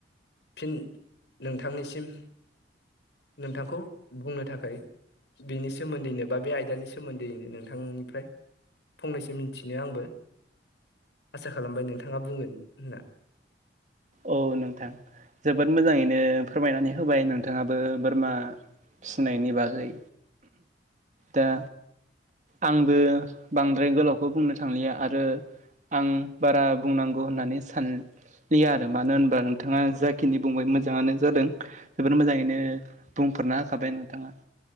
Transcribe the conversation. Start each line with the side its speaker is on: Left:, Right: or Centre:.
Left: फिन नोंथांनिसिम नोंथांखौ बुंनो थाखाय बिनि सोमोन्दैनो बा बे आइ बिनि सोमोन्दैयैनो नोंथांनिफ्राय फंनैसो मिथिनो आंबो आसा खालामबाय नोंथाङा बुंगोन होनना।
Right: औ नोंथां जोबोद मोजाङैनो फोरमायनानै होबाय नोंथाङाबो बोरमा फिसिनायनि बागै दा आंबो बांद्राय गोलावखौ बुंनो थांलिया आरो आं बारा बुंनांगौ होननानै सानलिया। मानो होनबा नोंथाङा जाखिनि बुंबाय मोजाङानो जादों जोबोर मोजाङैनो बुंफोरना होखाबाय नोंथाङा।